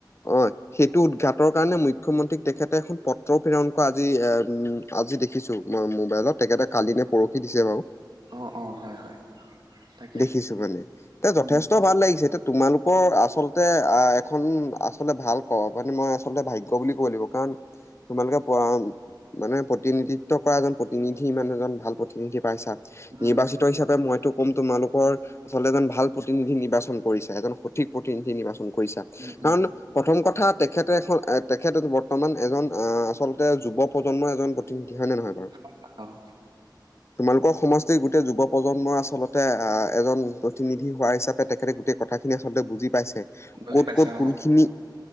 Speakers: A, on the left; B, on the right.
A: অ' সেইটো উদঘাটৰ কাৰণে মুখ্যমন্ত্ৰীক তেখেতে এখন পত্ৰ প্ৰেৰণ কৰা আজি এ উম আজি দেখিছোঁ মই মোবাইলত তেখেতে কালি নে পৰহি দিছে বাৰু
B: অ অ হয় হয় তাকে
A: দেখিছোঁ মানে তে যথেষ্ট
B: উম
A: ভাল লাগিছে এতিয়া তোমালোকৰ আচলতে এখন আচলতে ভাল ক মানে মই আচলতে ভাগ্য বুলি ক'ব লাগিব কাৰণ তোমালোকে প মানে প্ৰতিনিধিত্ব কৰা এজন প্ৰতিনিধি মানে এজন ভাল প্ৰতিনিধি পাইছা
B: উম
A: নিৰ্বাচিত
B: উম
A: হিচাপে মই টো কম তোমালোকৰ আচলতে এজন ভাল প্ৰতিনিধি নিৰ্বাচন কৰিছা এজন সঠিক প্ৰতিনিধি নিৰ্বাচন কৰিছা।
B: উম উম
A: কাৰণ প্ৰথম কথা তেখেতে এখন তেখেত বৰ্তমান এজন অ' আচলতে যুৱ প্ৰজন্মৰ এজন প্ৰতিনিধি হয় নে নহয়? বাৰু?
B: অ'-অ'
A: তোমালোকৰ সমষ্টিৰ গোটেই যুৱ প্ৰজন্মৰ আচলতে অ' এজন প্ৰতিনিধি হোৱা হিচাপে তেখেতে গোটেই কথাখিনি আচলতে বুজি পাইছে ক'ত-ক'ত
B: বুজি পাইছা
A: কোনখিনি
B: অ